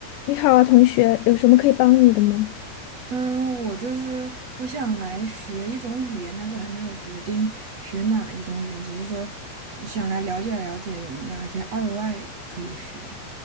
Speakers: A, on the left (about 80°); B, on the right (about 35°).
A: 你好啊，同学，有什么可以帮你的吗？
B: 嗯，我就是我想来学一种语言，但是还没有决定学哪一种语言，只是说想来了解了解有哪些二外可以学。